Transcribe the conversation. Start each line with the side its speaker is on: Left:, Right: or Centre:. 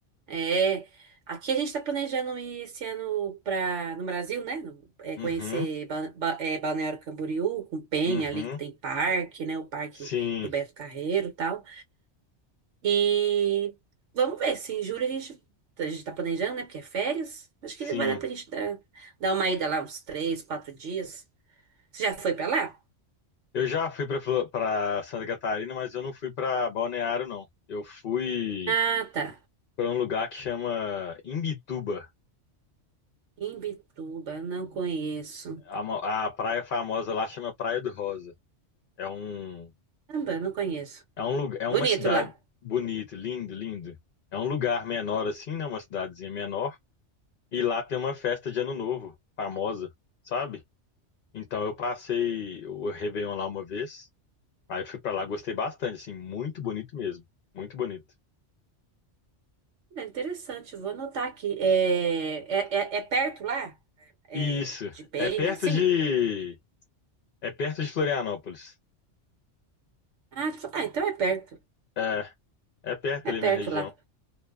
Right: É, aqui a gente está planejando ir esse ano para no Brasil, né? no- é,
Left: Uhum,
Right: conhecer Ba- Ba- é, Balneário Camboriú, com Penha
Left: uhum.
Right: ali que tem parque, né? O parque
Left: Sim,
Right: do Beto Carreiro, e tal. E vamos ver se em julho a gente a gente está planejando, né? Porque é férias. Acho
Left: sim.
Right: que vai dar para a gente dar, dar uma ida lá uns três, quatro dias. Você já foi para lá?
Left: Eu já fui para para Santa Catarina, mas eu não fui para Balneário, não. Eu fui
Right: Ah, tá.
Left: para um lugar que chama Imbituba.
Right: Imbituba, não conheço.
Left: A, mo- a praia famosa lá chama Praia do Rosa. É um,
Right: Caramba, não conheço.
Left: é um lugar, é
Right: Bonito
Left: uma cidade
Right: lá.
Left: bonita, lindo, lindo. É um lugar menor assim, né? Uma cidadezinha menor. E lá tem uma festa de Ano Novo, famosa, sabe? Então eu passei o Réveillon lá uma vez. Aí fui pra lá, gostei bastante, assim, muito bonito mesmo. Muito bonito.
Right: É interessante, vou anotar aqui. É, é, é- é perto lá? É,
Left: Isso,
Right: de Penha,
Left: é perto
Right: assim?
Left: de, é perto de Florianópolis.
Right: Ah, tu- ah, então é perto.
Left: É, é perto
Right: É
Left: ali
Right: perto
Left: na região.
Right: lá.